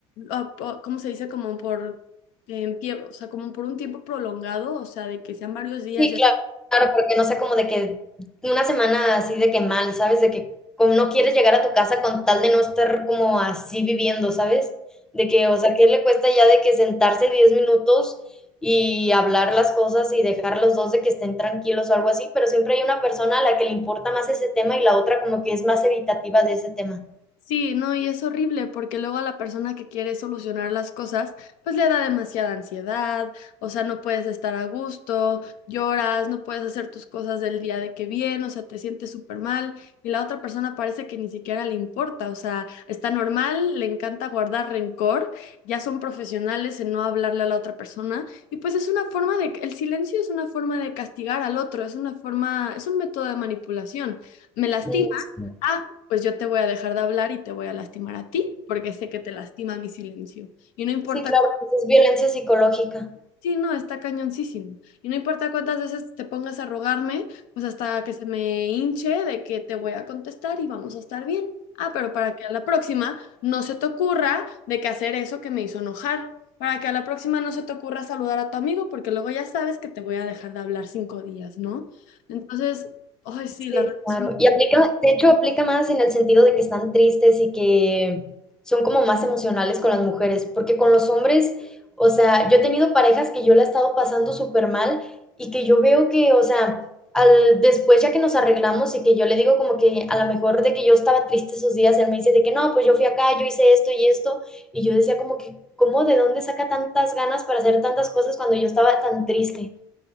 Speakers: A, on the left (about 70°); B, in the centre.
A: o- o- ¿cómo se dice? Como por, eh, tie- o sea, como por un tiempo prolongado, o sea, de que sean varios días
B: Sí,
A: ya.
B: claro, claro, porque no sea como de que una semana así de que mal, ¿sabes? De que como no quieres llegar a tu casa con tal de no estar como así viviendo, ¿sabes? De que, o sea, ¿qué le cuesta ya de que sentarse 10 minutos y hablar las cosas y dejar a los dos de que estén tranquilos o algo así? Pero siempre hay una persona a la que le importa más ese tema y la otra como que es más evitativa de ese tema.
A: Sí, no, y es horrible porque luego a la persona que quiere solucionar las cosas, pues le da demasiada ansiedad, o sea, no puedes estar a gusto, lloras, no puedes hacer tus cosas del día de que bien, o sea, te sientes súper mal y la otra persona parece que ni siquiera le importa, o sea, está normal, le encanta guardar rencor, ya son profesionales en no hablarle a la otra persona y pues es una forma de, el silencio es una forma de castigar al otro, es una forma, es un método de manipulación, me lastima
B: Mm,
A: ah, pues yo te voy a dejar de hablar y te voy a lastimar a ti, porque sé que te lastima mi silencio. Y no importa,
B: Sí, claro,
A: cu-
B: pues es violencia psicológica.
A: sí, no, está cañoncísimo. Y no importa cuántas veces te pongas a rogarme, pues hasta que se me hinche de que te voy a contestar y vamos a estar bien. Ah, pero para que a la próxima no se te ocurra de que hacer eso que me hizo enojar. Para que a la próxima no se te ocurra saludar a tu amigo, porque luego ya sabes que te voy a dejar de hablar cinco días, ¿no? Entonces, ay, sí,
B: Sí,
A: las relaciones
B: claro. Y aplica, de hecho, aplica más en el sentido de que están tristes y que son como más emocionales con las mujeres, porque con los hombres, o sea, yo he tenido parejas que yo la he estado pasando súper mal y que yo veo que, o sea, al, después ya que nos arreglamos y que yo le digo como que a lo mejor de que yo estaba triste esos días, él me dice de que no, pues yo fui acá, yo hice esto y esto, y yo decía como que, ¿cómo de dónde saca tantas ganas para hacer tantas cosas cuando yo estaba tan triste?